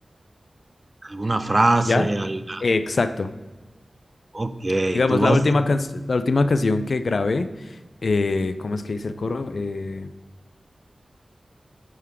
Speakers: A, on the right; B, on the left.
A: alguna frase,
B: y ya.
A: al,
B: Exacto.
A: ok,
B: Digamos,
A: tú vas,
B: la última, canc- la última canción que grabé, eh, ¿cómo es que dice el coro? Eh,